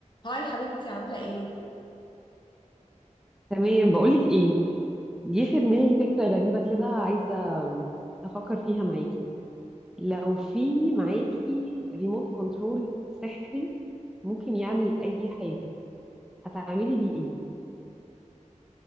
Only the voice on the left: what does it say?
هاي حبيبتي عاملة ايه؟